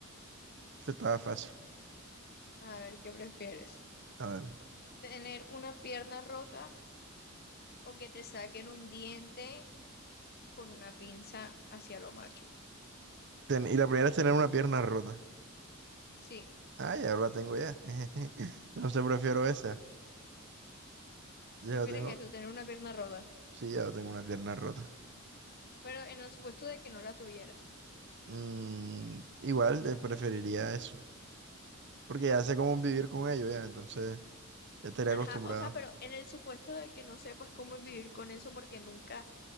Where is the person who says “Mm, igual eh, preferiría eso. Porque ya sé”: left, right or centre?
Right